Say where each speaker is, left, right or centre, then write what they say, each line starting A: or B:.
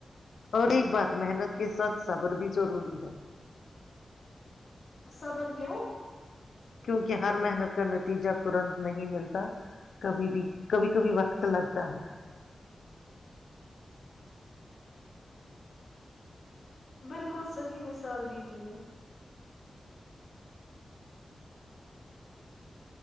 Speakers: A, on the left; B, on the left.
A: اور ایک بات محنت کے ساتھ صبر بھی ضروری ہے
B: صبر کیوں
A: کیونکہ ہر محنت کا نتیجہ ترنت نہیں ملتا کبھی بھی کبھی کبھی وقت لگتا ہے
B: بالکل صحیح مثال دی تم نے